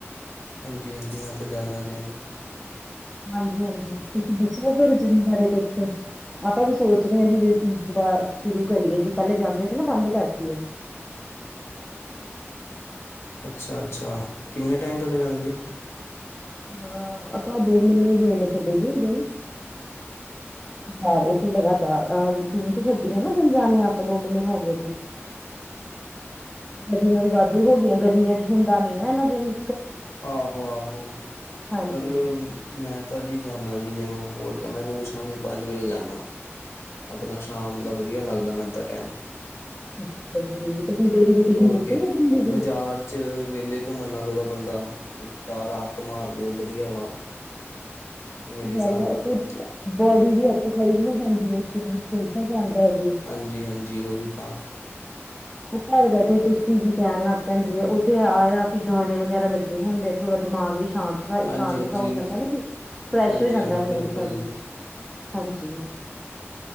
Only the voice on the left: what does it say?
ਹਾਂਜੀ ਹਾਂਜੀ ਮੈਂ ਆਪ ਜਾਣਾ ਜੇ।
ਅੱਛਾ ਅੱਛਾ ਕਿੰਨੇ ਟਾਈਮ ਪਹਿਲਾਂ ਜਾਂਦਾ ਜੀ।
<inaudible>
<inaudible>
ਆਹੋ ਆਹੋ
ਪਰ। ਮੈਂ ਤਾਂ ਜੀ ਜਾਂਦਾ ਜੀ ਜਿਵੇ ਹੋਰ ਕ ਮੈਂ ਰੋਜ਼ ਸ਼ਾਮੀ ਪੰਜ ਵਜੇ ਜਾਂਦਾ। ਆਪਣਾ ਸ਼ਾਮ ਦਾ ਵਧੀਆ ਲੱਗਦਾ ਮੈਨ ਤਾਂ ਟੈਮ।
ਹੋਰ
ਕੇ
ਬਾਜ਼ਾਰ
ਚ ਵਿਹਲੇ ਘੁੰਮਣ ਨਾਲੋ ਤ ਬੰਦਾ ਚਾਰ ਹੱਥ ਮਾਰ ਦਿਓ ਵਧੀਆ ਵਾ ਮੇਰੇ ਹਿਸਾਬ
ਨਾਲ ਤਾਂ
ਹਾਂਜੀ -ਹਾਂਜੀ ਉਹੀ ਤਾਂ।
ਹਾਂਜੀ-ਹਾਂਜੀ,
ਹਾਂਜੀ-ਹਾਂਜੀ
ਬਿਲਕੁਲ।